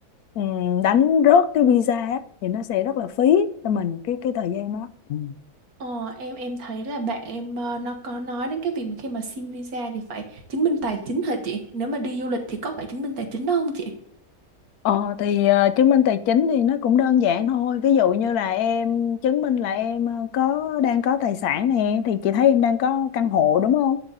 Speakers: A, on the left; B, on the right.
A: ừ, đánh rớt cái visa á, thì nó sẽ rất là phí cho mình cái cái thời gian đó Ừ.
B: Ờ, em em thấy là bạn em ờ, nó có nói đến cái việc mà khi mà xin visa thì phải chứng minh tài chính hả chị? Nếu mà đi du lịch thì có phải chứng minh tài chính đó không chị?
A: Ờ thì ờ, chứng minh tài chính thì nó cũng đơn giản thôi. Ví dụ như là em chứng minh là em ờ, có đang có tài sản nè thì chị thấy em đang có căn hộ đúng không?